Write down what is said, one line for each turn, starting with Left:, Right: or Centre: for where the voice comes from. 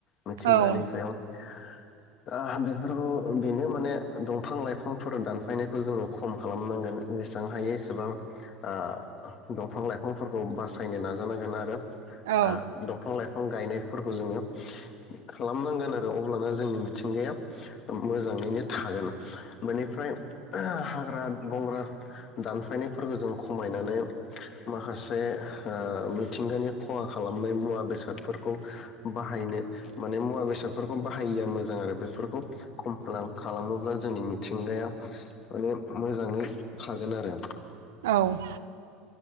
Left: मिथिंगानि
Right: औ
Left: सायाव ओ बेफोरखौ बेनो माने दंफां-लाइफांफोर दानफायनो बखौ जोङो खम खालामनांगोन जेसेबां हायो एसेबां ओह दंफां लाइफांफोरखौ बासायनो नाजानांगोन आरो
Right: औ
Left: आ दंफां लाय बिफां गायनायफोरखौ जोङो खालामनांगोन आरो अब्लानो जोंनि मिथिंगाया मोजाङैनो थागोन। बेनिफ्राय हाग्रा बंग्रा दानफायनायफोरखौ जों खमायनानै माखासे ओ मिथिंगानि खहा खालामनाय मुवा बेसादफोरखौ बाहायनो माने मुवा बेसादफोरखौ बाहायिया मोजां आरो बेफोरखौ खम खालामोब्ला जोंनि मिथिंगाया माने मोजाङै हागोन आरो।
Right: औ <inaudible>